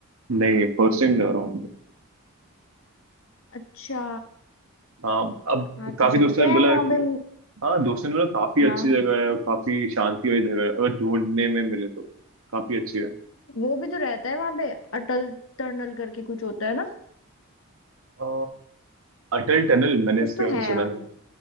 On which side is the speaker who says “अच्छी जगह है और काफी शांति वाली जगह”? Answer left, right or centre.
Right